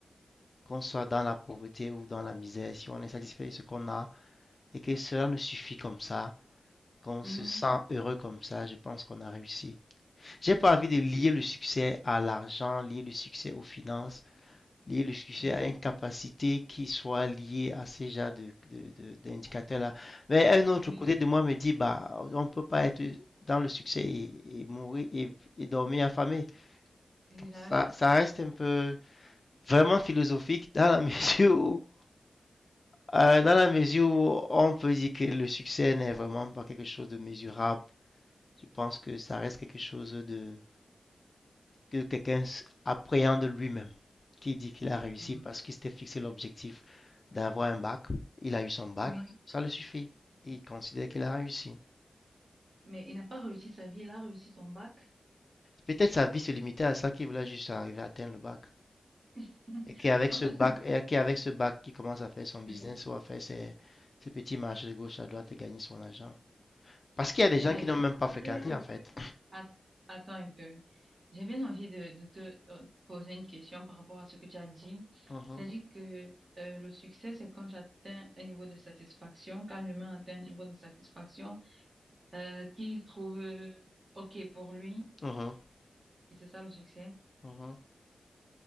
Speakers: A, on the left; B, on the right.
A: Qu'on soit dans la pauvreté ou dans la misère, si on est satisfait de ce qu'on a et que cela nous suffit comme ça. qu'on
B: Mhm.
A: se sent heureux comme ça, je pense qu'on a réussi. J'ai pas envie de lier le succès à l'argent, lier le succès aux finances, lier le succès
B: Oui,
A: à une capacité qui soit liée à ces genres de, de- de- d'indicateurs-là. Mais un autre
B: oui,
A: côté de moi me dit, bah, on peut pas être dans le succès et, et mourir et, et dormir affamé.
B: exact.
A: Donc, ça, ça reste un peu vraiment philosophique dans la <laughs> mesure où, euh, dans la mesure où on peut dire que le succès n'est vraiment pas quelque chose de mesurable Je pense que ça reste quelque chose de que quelqu'un appréhende lui-même, qui dit qu'il a réussi
B: Mhm.
A: parce qu'il s'était fixé l'objectif d'avoir un bac. Il a eu son bac,
B: Oui.
A: ça le suffit. Il considère qu'il a réussi.
B: mais il n'a pas réussi sa vie, il a réussi son bac.
A: Peut-être sa vie se limitait à ça, qu'il voulait juste arriver à atteindre le bac.
B: <laughs>
A: Et qu'avec
B: En
A: ce
B: fait,
A: bac, et qu'avec ce bac, il commence à faire son business
B: oui.
A: ou à faire ses, ses petits marchés de gauche à droite et gagner son argent. Parce qu'il y a des
B: Mais
A: gens qui n'ont même
B: après,
A: pas fréquenté,
B: est-ce
A: en fait.
B: que... Att- Attends un peu. J'ai bien envie de, de te euh, poser une question par rapport à ce que tu as dit.
A: Mhm,
B: Tu as dit que euh, le succès, c'est quand j'atteins un niveau de satisfaction, quand l'humain atteint un niveau de satisfaction euh, qu'il trouve euh, OK pour lui,
A: mhm,
B: et c'est ça le succès.
A: mhm.